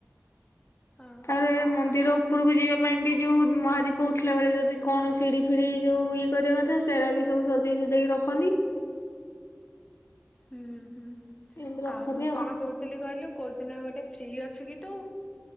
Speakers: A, on the left; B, on the left.
A: ହଁ
B: ତାପରେ
A: ହଁ।
B: ମନ୍ଦିର ଉପୁରୁକୁ ଯିବା ପାଇଁ ବି ଯୋଉ ମହାଦୀପ ଉଠିଲା ବେଳେ ଯଦି କଣ ସିଢି ଫିଡି ଯୋଉ ଇଏ କରିବା କଥା ସେରା ବି ସବୁ ସଜେଇ ସୁଜାଇକି ରଖନ୍ତି।
A: ହୁଁ ହୁଁ।
B: ଏମିତି ରଖନ୍ତି
A: ଆଉ ମୁଁ କଣ କଉଥିଲି କଇଲୁ କୋଉ ଦିନ ଗୋଟେ ଫ୍ରି ଅଛୁ କି ତୁ?